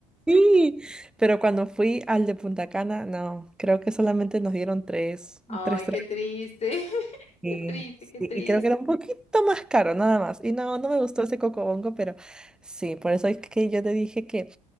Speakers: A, in the centre; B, on the left (about 35°).
A: Sí, pero cuando fui al de Punta Cana, no, creo que solamente nos dieron tres,
B: Ay,
A: tres
B: qué triste. <laughs>
A: Sí,
B: Qué triste,
A: sí,
B: qué triste.
A: y creo que era un poquito más caro, nada más. Y no, no me gustó ese cocobongo, pero sí, por eso es que yo te dije que